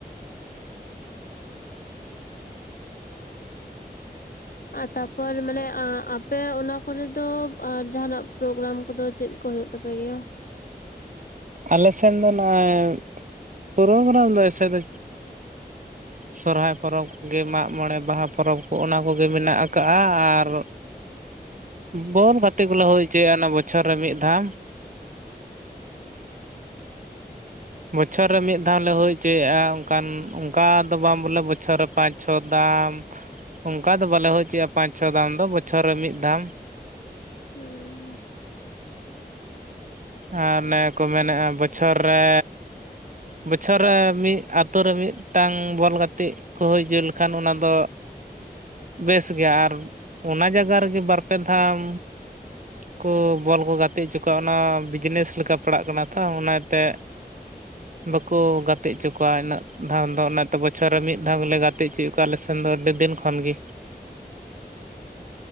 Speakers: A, on the left; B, on the right.
A: <inaudible> ᱟᱨ ᱛᱟᱯᱚᱨ ᱢᱟᱱᱮ ᱟᱸ ᱟᱯᱮ ᱚᱱᱟ ᱠᱚᱨᱮ ᱫᱚ ᱚ ᱡᱟᱦᱟᱸᱱᱟᱜ ᱯᱨᱳᱜᱨᱟᱢ ᱠᱚᱫᱚ ᱪᱮᱫ? ᱠᱚ ᱦᱳᱭᱳᱜ ᱛᱟᱯᱮ ᱜᱮᱭᱟ
B: ᱟᱞᱮ ᱥᱮᱱ ᱫᱚ ᱱᱟᱜ ᱯᱩᱨᱳᱜᱨᱟᱢ ᱫᱚ ᱮᱭᱥᱮ ᱫᱚ
A: <inaudible>
B: ᱥᱚᱨᱦᱟᱭ ᱯᱚᱨᱚᱵᱽ ᱜᱮ ᱢᱟᱜ ᱢᱚᱬᱮ ᱵᱟᱦᱟ ᱯᱚᱨᱚᱵᱽ ᱠᱚ ᱚᱱᱟ ᱠᱚᱜᱮ ᱢᱮᱱᱟᱜ ᱟᱠᱟᱜᱼᱟ ᱟᱨ ᱵᱚᱞ ᱜᱟᱛᱮ ᱠᱚᱞᱮ ᱦᱩᱭ ᱦᱚᱪᱚᱭᱼᱟ ᱚᱱᱟ ᱵᱚᱪᱷᱚᱨ ᱨᱮ ᱢᱤᱫ ᱫᱷᱟᱢ ᱵᱚᱪᱷᱚᱨ ᱨᱮ ᱢᱤᱫ ᱫᱷᱟᱱ ᱞᱮ ᱦᱩᱭ ᱪᱚᱭᱮᱼᱟ, ᱚᱱᱠᱟᱱ ᱚᱱᱠᱟ ᱫᱚ ᱵᱟᱝ ᱵᱚᱞᱮ ᱵᱚᱪᱷᱚᱨ ᱨᱮ ᱯᱟᱸᱪ ᱪᱷᱚ ᱫᱟᱸᱢ ᱚᱱᱠᱟ ᱫᱚ ᱵᱟᱞᱮ ᱦᱩᱭᱪᱚ ᱯᱟᱸᱪ ᱪᱷᱚ ᱫᱷᱟᱱ ᱫᱚ ᱵᱚᱪᱷᱚᱨ ᱨᱮ ᱢᱤᱫ ᱫᱷᱟᱢ
A: ᱦᱩᱸ ᱦᱩᱸ
B: ᱟᱨ ᱱᱮ ᱠᱚ ᱢᱮᱱᱮᱜᱼᱟ ᱵᱚᱪᱷᱚᱨ ᱨᱮ ᱵᱚᱪᱷᱚᱨ ᱨᱮ ᱢᱤᱫ ᱟᱛᱳ ᱨᱮ ᱢᱤᱫᱴᱟᱝ ᱵᱚᱞ ᱜᱟᱛᱮᱜ ᱠᱚ ᱦᱚᱭ ᱪᱚ ᱞᱮᱠᱷᱟᱱ ᱚᱱᱟ ᱫᱚ ᱵᱮᱥ ᱜᱮᱭᱟ ᱟᱨ ᱚᱱᱟ ᱡᱟᱜᱟ ᱨᱮᱜᱮ ᱵᱟᱨ ᱯᱮ ᱫᱷᱟᱢ ᱠᱚ ᱵᱚᱞ ᱠᱚ ᱜᱟᱛᱮᱜ ᱚᱪᱚ ᱠᱚᱣᱟ ᱚᱱᱟ ᱵᱤᱡᱽᱱᱮᱥ ᱞᱮᱠᱟ ᱯᱟᱲᱟᱜ ᱠᱟᱱᱟ ᱛᱚ ᱚᱱᱟ ᱤᱛᱮ
A: <inaudible>
B: ᱵᱟᱠᱚ ᱜᱟᱛᱮ ᱚᱪᱚ ᱠᱚᱣᱟ ᱤᱱᱟᱹᱜ ᱫᱷᱟᱱ ᱫᱚ, ᱚᱱᱟᱛᱮ ᱵᱚᱪᱷᱚᱨ ᱨᱮ ᱢᱤᱫ ᱫᱷᱟᱣ ᱜᱮᱞᱮ ᱜᱟᱛᱮ ᱚᱪᱚᱭᱮ ᱠᱚᱣᱟ ᱟᱞᱮ ᱥᱮ <inaudible> ᱫᱚ ᱟᱹᱰᱤ ᱫᱤᱱ ᱠᱷᱚᱱ ᱜᱮ